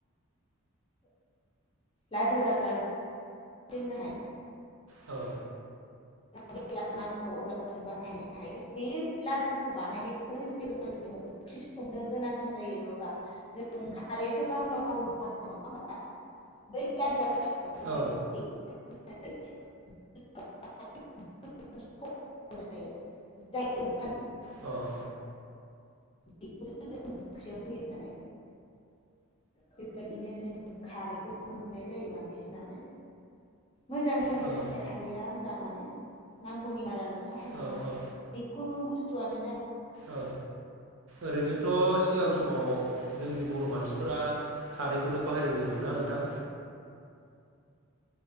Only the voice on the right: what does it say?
औ।
औ अ
अह।
औ
औ
औ ओरैनोथ सिगां समाव जोंनि बर' मानसिफोरा खारैखौनो बाहायबोयोमोन ना नोंथां